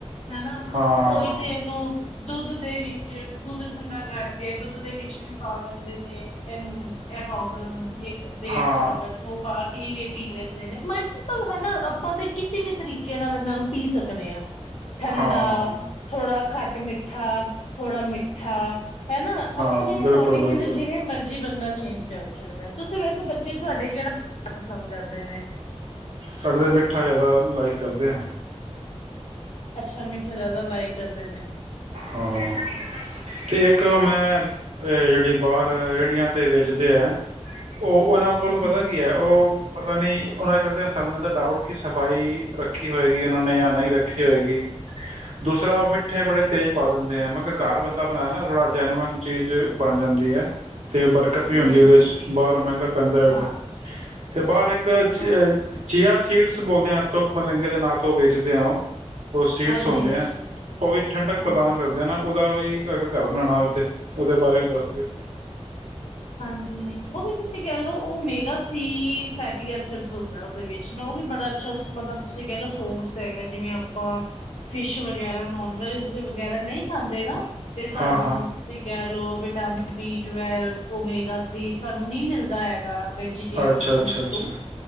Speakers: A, on the left; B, on the right.
A: ਹੈਨਾ
B: ਹਾਂ
A: ਕੋਈ ਵੀ ਇਹਨੂੰ ਦੁੱਧ ਦੇ ਵਿੱਚ, ਦੁੱਧ ਠੰਡਾ ਕਰਕੇ ਦੁੱਧ ਦੇ ਵਿੱਚ ਵੀ ਪਾ ਦਿੰਦੇ ਨੇ, ਇਹਨੂੰ ਇਹ ਪਾਓ। ਹਾਂ, ਏਕ ਡੇਢ
B: ਹਾਂ
A: ਚਮਚ ਉਹ ਪਾ ਕੇ। ਪੀ ਲੇਤੀ ਹੈ ਮੈਨੇ, ਮਲਟੀਪਲ ਹੈਨਾ ਆਪਾਂ ਤੇ ਕਿਸੇ ਵੀ ਤਰੀਕੇ ਨਾਲ ਇਹਨਾਂ ਨੂੰ ਪੀ ਸਕਨੇ ਹਾਂ। ਠੰਡਾ
B: ਹਾਂ
A: ਥੋੜਾ ਖੱਟ-ਮਿੱਠਾ। ਥੋੜਾ ਮਿੱਠਾ, ਹੈਨਾ
B: ਹਾਂ
A: ਆਪਣੇ
B: ਬਿਲਕੁਲ
A: ਅਕੋਰਡਿੰਗ
B: ਬਿਲਕੁਲ
A: ਇਹਨੂੰ ਜਿਵੇਂ ਮਰਜ਼ੀ ਬੰਦਾ ਛ ਜ <unintelligible> ਕਰ ਸਕਦਾ, ਤੁਸੀਂ ਵੈਸੇ ਬੱਚੇ ਤੁਹਾਡੇ ਕਿਹੜਾ ਪਸੰਦ ਕਰਦੇ ਨੇ।
B: ਸਾਡੇ ਤਾਂ ਮਿੱਠਾ ਜ਼ਿਆਦਾ ਲਾਈਕ ਕਰਦੇ ਐ।
A: ਅੱਛਾ ਮਿੱਠਾ ਜਿਆਦਾ ਲਾਇਕ ਕਰਦੇ ਨੇ।
B: ਹਾਂ, ਤੇ ਇੱਕ ਮੈਂ ਐ ਜਿਹੜੀ ਬਾਹਰ ਰੇਹੜੀਆਂ ਤੇ ਵੇਚਦੇ ਐ। ਉਹ ਉਹਨਾਂ ਕੋਲ
A: ਹਾਂਜੀ
B: ਪਤਾ ਕੀ ਹੈ, ਉਹ ਪਤਾ ਨੀ ਉਹਨਾਂ ਕਰਦੇ ਹੈ। ਸਾਨੂੰ ਰਹਿੰਦਾ ਡਾਊਟ, ਕਿ ਸਫ਼ਾਈ ਰੱਖੀ ਹੋਏਗੀ ਉਹਨਾਂ ਨੇ ਜਾਂ ਨਹੀਂ ਰੱਖੀ ਹੋਏਗੀ, ਦੂਸਰਾ ਉਹ ਮਿੱਠੇ ਬੜੇ ਤੇਜ਼ ਪਾ ਦਿੰਦੇ ਏ ਮੈਂ ਕਿਹਾ ਘਰ ਬੰਦਾ ਬਨਾਏ ਨਾ ਥੋੜਾ ਜੈਨੁਅਨ ਚੀਜ਼ ਬਣ ਜਾਂਦੀ ਐ। ਤੇ ਬਰਕਤ ਵੀ ਹੁੰਦੀ
A: ਜੀ
B: ਏ ਉਹਦੇ ਚ,
A: ਜੀ
B: ਬਾਹਰੋਂ ਮਹਿੰਗਾ ਪੈਂਦਾ।
A: ਹਾਂ
B: ਤੇ ਬਾਹਰ ਇੱਕ ਤ ਚ
A: ਹਾਂ
B: ਚੀਆਂ ਸੀਡਸ। ਬੋਲਦੇ ਆ, ਤੁੱਖ ਮਲਿੰਗੇ ਦੇ ਨਾਂ ਤੋਂ ਵੇਚਦੇ ਆ ਉਹ। ਉਹ ਸੀਡਸ
A: ਹਾਂਜੀ
B: ਹੁੰਦੇ
A: ਹਾਂਜੀ
B: ਐ
A: ਹਾਂਜੀ
B: ਉਹ ਵੀ ਠੰਡਕ
A: ਹਾਂਜੀ
B: ਕਰਦੇ ਨਾ ਉਹ ਦਾ ਵੀ ਘਰ ਬਣਾਉਣਾਥ ਉਹਦੇ ਬਾਰੇ ਵੀ ਦੱਸ ਦਿਓ
A: ਹਾਂਜੀ ਉਹ ਵੀ ਤੁਸੀਂ ਕਹਿ ਲਓ ਉਹ ਮੇਗਾ ਥਰੀ ਫੈਸਿ ਹੁੰਦਾ ਉਹਦੇ ਵਿੱਚ ਨਾ ਉਹ ਵੀ ਬੜਾ ਅੱਛਾ ਮਤਲਬ ਤੁਸੀਂ ਕਹਿ ਲਓ ਸੋਰਸ ਹੈਗਾ ਜਿਵੇਂ ਆਪਾਂ ਫਿਸ਼ ਵਗੈਰਾ ਨੋਨ ਵੈਜ ਵਗੈਰਾ ਨਹੀਂ ਖਾਂਦੇ ਨਾ ਤੇ ਸਾਨੂੰ
B: ਹਾਂ ਹਾਂ
A: ਤੁਸੀਂ ਕਹਿ vitamin B twelve omega three ਸਾਨੂੰ ਨਹੀਂ ਮਿਲਦਾ ਹੈਗਾ ਵੈਜੀਟੇਰੀਅਨ
B: ਅੱਛਾ
A: ਫੂਡ
B: ਅੱਛਾ ਅੱਛਾ
A: ਤੋਂ